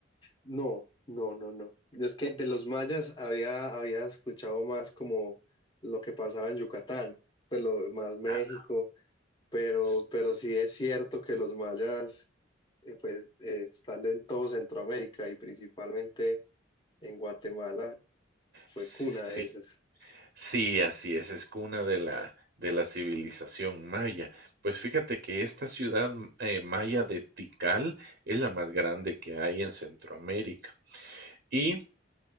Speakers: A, on the left; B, on the right.
A: No, no, no, no. Yo es que de los mayas había, había escuchado más como lo que pasaba en Yucatán, pero más México
B: Ah,
A: Pero,
B: s-
A: pero sí es cierto que los mayas eh, pues eh, están en todo Centroamérica y principalmente en Guatemala fue
B: Sí,
A: cuna de ellos.
B: Sí, así es, es cuna de la de la civilización maya. Pues fíjate que esta ciudad, mm, eh, maya de Tikal es la más grande que hay en Centroamérica. Y